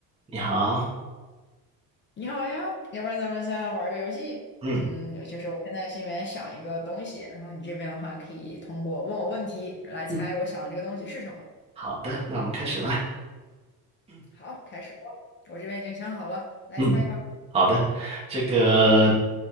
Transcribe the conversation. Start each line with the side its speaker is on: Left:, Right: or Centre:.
Right: 你好，
Left: 你好呀，要不然咱们先玩个游戏。
Right: 嗯，
Left: 嗯，就是我现在心里面想一个东西，然后你这边的话可以通过问我问题来猜我想的这个东西是什么。
Right: 嗯，好的，那我们开始吧。
Left: 好，开始吧我这边已经想好了，来猜吧。
Right: 嗯，好的。这个